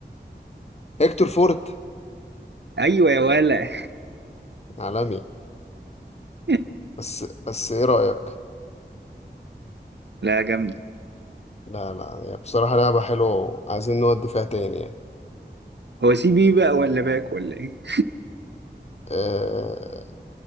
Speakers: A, on the left (about 35°); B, on the right (about 75°).
A: هيكتور فورت
B: ايوه يا ولا
A: عالمي
B: <laughs>
A: بس بس ايه رأيك
B: لا جامد
A: لا لا هي بصراحة لعبة حلوة وعايزين نودي فيها تاني يعني.
B: هو سي بي بقى ولا باك ولا ايه
A: أه